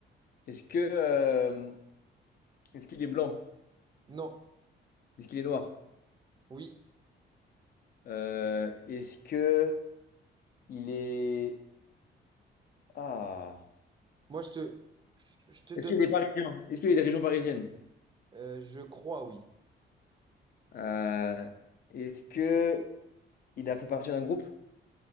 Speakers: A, on the left; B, on the right.
A: Est-ce que, euh, est-ce qu'il est blanc?
B: Non.
A: Est-ce qu'il est noir?
B: Oui.
A: Euh, est-ce que il est ah
B: Moi, je te, je te donnerai.
A: est-ce qu'il est parisien? Est-ce qu'il est des régions parisiennes?
B: euh, je crois, oui.
A: Euh, est-ce que il a fait partie d'un groupe?